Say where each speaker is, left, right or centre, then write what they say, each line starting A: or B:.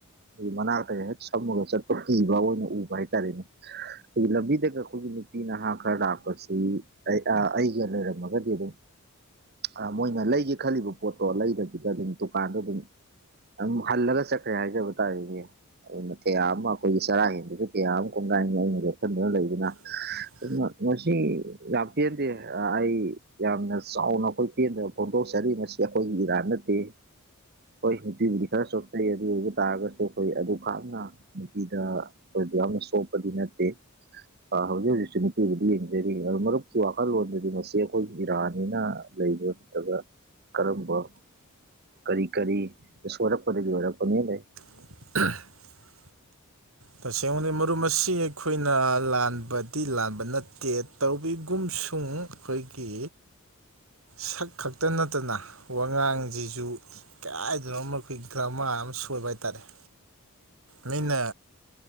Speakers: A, on the right (about 45°); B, on the right (about 65°).
A: ꯑꯗꯒꯤ ꯃꯅꯥꯛꯇꯒ ꯍ‌ꯦꯛ ꯁꯝꯃꯒ ꯆꯠꯄ ꯀꯤꯕ ꯑꯣꯏꯅ ꯎꯕ ꯍꯥꯏꯇꯥꯔꯦꯅꯦ ꯑꯩꯈꯒꯤ ꯂꯝꯕꯤꯗꯒ ꯑꯩꯈꯣꯏꯒꯤ ꯅꯨꯄꯤ ꯅꯍꯥ ꯈꯔ ꯂꯥꯛꯄꯁꯤ ꯑꯩ ꯑꯩꯒ ꯂꯩꯔꯝꯃꯒꯗꯤ ꯑꯗꯨꯝ ꯑ ꯃꯣꯏꯅ ꯂꯩꯒꯦ ꯈꯜꯂꯤꯕ ꯄꯣꯠꯇꯣ ꯂꯩꯗꯕꯤꯗ ꯑꯗꯨꯝ ꯗꯨꯀꯥꯟꯗ ꯑꯗꯨꯝ ꯑꯗꯨꯝ ꯍꯜꯂꯒ ꯆꯠꯈ꯭ꯔꯦ ꯍꯥꯏꯖꯕ ꯇꯥꯔꯦꯅꯦ ꯑꯗꯨꯅ ꯀꯌꯥ ꯑꯃ ꯑꯩꯈꯣꯏꯒꯤ ꯆꯔꯥ ꯍꯦꯟꯕꯗꯨ ꯀꯌꯥ ꯑꯃ ꯀꯣꯡꯒꯥꯡꯅꯤ ꯑꯩꯅ ꯂꯦꯁꯤꯟꯗꯨꯅ ꯂꯩꯕꯅ
B: <unintelligible>
A: ꯑꯗꯨ ꯃꯁꯤ ꯌꯥꯝ ꯄꯦꯟꯗꯦ ꯑꯩ ꯌꯥꯝꯅ ꯆꯥꯎꯅ ꯑꯩꯈꯣꯏ ꯄꯦꯟꯗꯕ ꯐꯣꯡꯗꯣꯛꯆꯔꯤ ꯃꯁꯤ ꯑꯩꯈꯣꯏꯒꯤ ꯏꯔꯥꯟ ꯅꯠꯇꯦ ꯍꯣꯏ ꯎꯇꯤꯕꯨꯗꯤ ꯈꯔ ꯆꯣꯛꯆꯩ ꯑꯗꯨ ꯑꯣꯏꯕ ꯇꯥꯔꯒꯁꯨ ꯑꯩꯈꯣꯏ ꯑꯗꯨ ꯀꯅ ꯅꯨꯄꯤꯗ ꯑꯩꯈꯣꯏ ꯑꯗꯨꯛ ꯌꯥꯝꯅ ꯆꯣꯞꯄꯗꯤ ꯅꯠꯇꯦ ꯑ ꯍꯧꯖꯤꯛ ꯍꯧꯖꯤꯛꯁꯨ ꯅꯨꯄꯤꯕꯨꯗꯤ ꯌꯦꯡꯖꯔꯤ ꯃꯔꯨꯞꯛꯀꯤ ꯋꯥꯈꯜꯂꯣꯟꯗꯗꯤ ꯃꯁꯦ ꯑꯩꯈꯣꯏꯒꯤ ꯏꯔꯥꯅꯤꯅ ꯂꯩꯕ ꯅꯠꯇꯒ ꯀꯔꯝꯕ ꯀꯔꯤ ꯀꯔꯤ ꯁꯣꯏꯔꯛꯄꯗꯒꯤ ꯑꯣꯏꯔꯛꯄꯅꯦ ꯂꯩ
B: <unintelligible> ꯇꯁꯦꯡꯕꯗꯤ ꯃꯔꯨꯝ ꯃꯁꯤ ꯑꯩꯈꯣꯏꯅ ꯂꯥꯟꯕꯗꯤ ꯂꯥꯟꯕ ꯅꯠꯇꯦ ꯇꯧꯋꯤꯒꯨꯝꯁꯨ ꯑꯩꯈꯣꯏꯒꯤ ꯁꯛ ꯈꯛꯇ ꯅꯠꯇꯅ ꯋꯥꯉꯥꯡꯖꯤꯖꯨ ꯀꯔꯥꯏꯗꯅꯣꯃ ꯑꯩꯈꯣꯏ ꯒ꯭ꯔꯥꯃꯥ ꯑꯃ ꯁꯣꯏꯕ ꯍꯥꯏꯇꯥꯔꯦ ꯃꯤꯅ